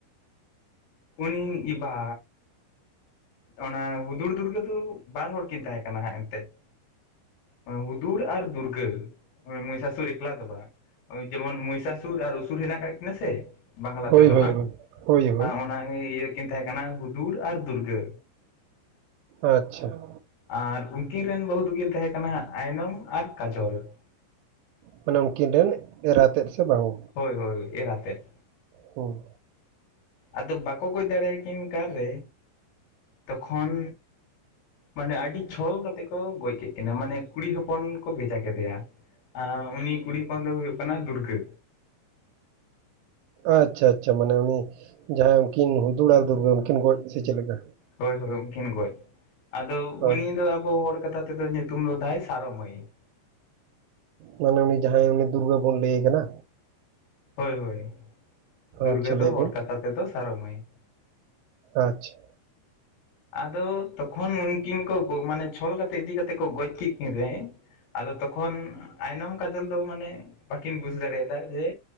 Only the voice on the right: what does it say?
ᱦᱳᱭ
ᱦᱳᱭ
ᱦᱳᱭ ᱦᱳᱭ ᱦᱳᱭ
ᱟᱪᱪᱷᱟ ᱾
ᱢᱟᱱᱮ ᱩᱱᱠᱤᱱ ᱨᱮᱱ ᱮᱨᱟ ᱛᱮᱫ ᱥᱮ ᱵᱟᱹᱦᱩ᱾
ᱦᱳ ᱾
ᱟᱪᱪᱷᱟ ᱟᱪᱪᱷᱟ ᱢᱟᱱᱮ ᱩᱱᱤ ᱡᱟᱦᱟᱸᱭ ᱩᱱᱠᱤᱱ ᱦᱩᱫᱩᱲ ᱟᱨ ᱫᱩᱨᱜᱟᱹ ᱩᱱᱠᱤᱱ ᱜᱚᱡ ᱥᱮ ᱪᱮᱫ ᱞᱮᱠᱟ?
ᱦᱳᱭ
ᱢᱟᱱᱮ ᱩᱱᱤ ᱡᱟᱦᱟᱸᱭ ᱩᱱᱤ ᱫᱩᱨᱜᱟᱹ ᱵᱩᱱ ᱞᱟᱹᱭᱮ ᱠᱟᱱᱟ?
ᱟᱪᱪᱷᱟ ᱞᱟᱹᱭ
ᱵᱤᱱ
ᱟᱪᱪᱷ ᱾